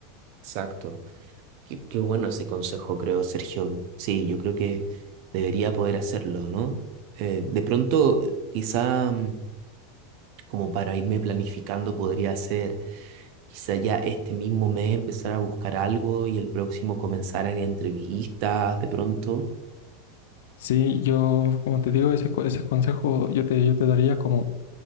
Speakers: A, on the right; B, on the left.
A: exacto. Qué, qué bueno ese consejo, creo, Sergio. Sí, yo creo que debería poder hacerlo, ¿no? Eh, de pronto, quizá... mm, como para irme planificando, podría ser quizá ya este mismo mes empezar a buscar algo y el próximo comenzar a ir a entrevistas de pronto.
B: Sí, yo, como te digo, ese, co- ese consejo yo te, yo te daría como